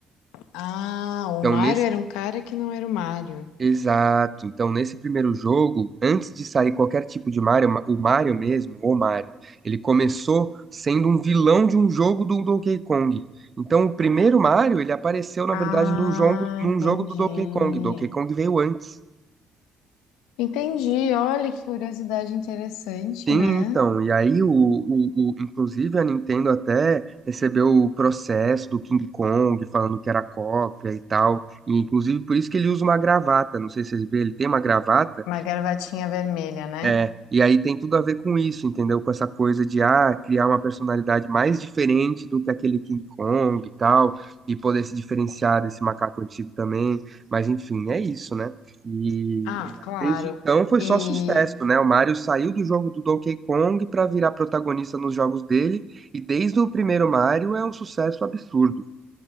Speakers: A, on the left (about 80°); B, on the right (about 40°).
A: Ah, o
B: Então,
A: Mario
B: nesse
A: era um cara que não era o Mario.
B: Exato. Então, nesse primeiro jogo, antes de sair qualquer tipo de Mario, ma- o Mario mesmo, o Mario, ele começou sendo um vilão de um jogo do Donkey Kong. Então, o primeiro Mario, ele apareceu, na
A: Ah,
B: verdade, num jogo, num
A: entendi.
B: jogo do Donkey Kong. Donkey Kong veio antes.
A: Entendi, olha que curiosidade interessante,
B: Sim,
A: né?
B: então. E aí, o, o, o- inclusive, a Nintendo até recebeu o processo do King Kong, falando que era cópia e tal. E, inclusive, por isso que ele usa uma gravata. Não sei se vocês viram, ele tem uma gravata.
A: Uma gravatinha vermelha, né?
B: É, e aí tem tudo a ver com isso, entendeu? Com essa coisa de ah, criar uma personalidade mais diferente do que aquele King Kong e tal, e poder se diferenciar desse macaco antigo também. Mas enfim, é isso, né? E,
A: Ah,
B: e aí,
A: claro.
B: desde então foi
A: E
B: só sucesso, né? O Mario saiu do jogo do Donkey Kong para virar protagonista nos jogos dele, e desde o primeiro Mario é um sucesso absurdo.